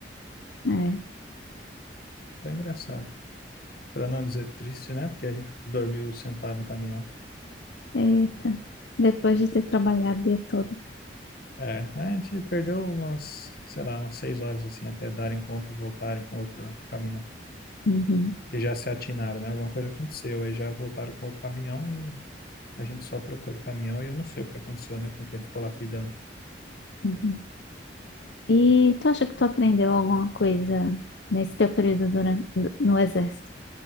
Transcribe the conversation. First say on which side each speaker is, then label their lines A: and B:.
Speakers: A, on the left (about 75°); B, on the left (about 55°).
A: É.
B: Foi engraçado. Pra não dizer triste, né? Porque a gente dormiu sentado no caminhão.
A: Eita, depois de ter trabalhado o dia todo.
B: É, a gente perdeu umas, sei lá, umas seis horas assim, até darem conta e voltarem com outro caminhão.
A: Uhum.
B: Que já se atinaram, né? Alguma coisa aconteceu. Aí já voltaram com outro caminhão e a gente só trocou de caminhão e eu não sei o que aconteceu, né? Com quem ficou lá cuidando.
A: Uhum. E tu acha que tu aprendeu alguma coisa nesse teu período durante, no exército?